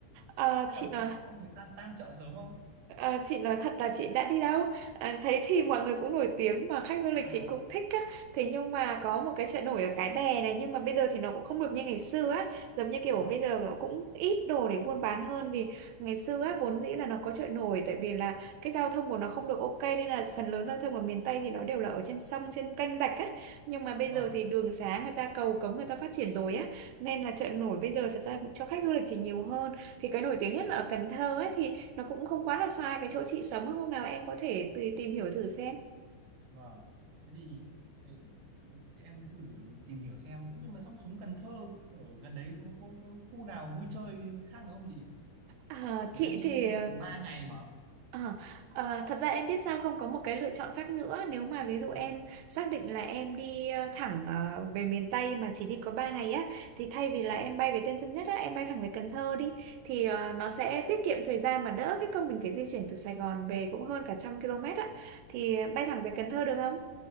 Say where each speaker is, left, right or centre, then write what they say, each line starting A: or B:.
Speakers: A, on the right; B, on the right.
A: ờ,
B: Bắt
A: chị
B: đầu
A: nói
B: họ xong người ta tan chợ sớm không?
A: Ờ, chị nói thật là chị đã đi đâu Ờ, thấy thì mọi người cũng nổi tiếng mà khách du lịch
B: À,
A: thì cũng thích á thế nhưng mà có một cái chợ nổi ở Cái Bè này nhưng mà bây giờ thì nó cũng không được như ngày xưa á giống như kiểu
B: vâng,
A: bây giờ nó cũng ít đồ để buôn bán hơn vì ngày xưa á vốn dĩ là nó có chợ nổi tại vì là cái giao thông của nó không được ok nên là phần lớn giao thông ở miền Tây thì nó đều là ở trên sông trên kênh rạch á nhưng mà bây
B: vâng,
A: giờ thì đường xá người ta cầu cống người ta phát triển rồi á nên là chợ nổi bây giờ thật ra cho khách du lịch thì nhiều hơn thì cái nổi tiếng nhất
B: à,
A: là ở Cần Thơ ấy thì nó cũng không quá là xa cái chỗ chị sống hôm nào em có thể tùy tìm hiểu thử xem
B: vâng. Thế thì ừ, em thử tìm hiểu xem. Ủa, Nhưng mà sông Suối Cần Thơ ở gần đấy có, có, có khu nào vui chơi khác nữa không chị?
A: à,
B: Vì
A: chị
B: em đi
A: thì
B: tận 3 ngày mà.
A: à, à, thật ra em biết sao không có một cái lựa chọn khác nữa nếu mà ví dụ
B: Vâng.
A: em xác định là em đi ờ, thẳng ờ, về miền Tây mà chỉ đi có 3 ngày á thì thay vì là em bay về Tân Sơn Nhất á em bay thẳng về Cần Thơ đi thì ờ, nó sẽ tiết kiệm thời gian mà đỡ cái công mình phải di chuyển từ Sài Gòn về cũng hơn cả trăm km á thì bay thẳng về Cần Thơ được không?